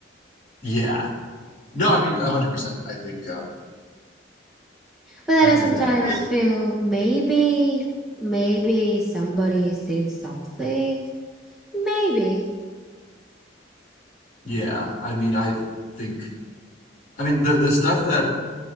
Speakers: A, on the left; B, in the centre.
A: Yeah. No, I mean 100%. I think um
B: But then
A: I think
B: I sometimes
A: that
B: feel maybe, maybe somebody seen something. Maybe.
A: Yeah, I mean, I think, I mean, the the stuff that